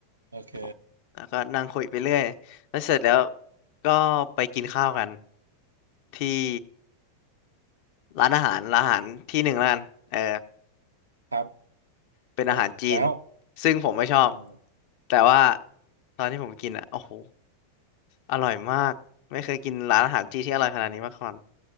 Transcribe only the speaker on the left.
ผมแล้วก็นั่งคุยไปเรื่อยแล้วเสร็จแล้วก็ไปกินข้าวกันที่ร้านอาหารร้านอาหารที่หนึ่งร้านเออ
เป็นอาหารจีน
ซึ่งผมไม่ชอบ
แต่ว่าตอนที่ผมกินอ่ะโอ้โหอร่อยมากไม่เคยกินร้านอาหารจีนที่อร่อยขนาดนี้มาก่อน